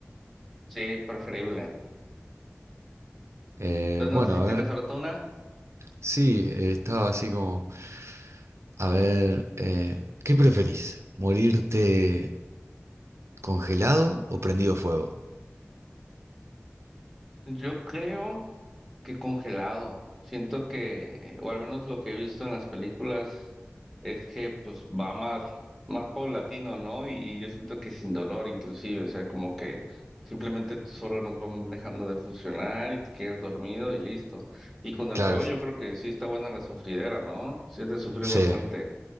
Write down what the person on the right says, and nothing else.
Eh,
bueno,
a
ver,
sí, eh, estaba así como, a ver, eh, ¿qué preferís? ¿Morirte congelado o prendido fuego?
Claro,
sí.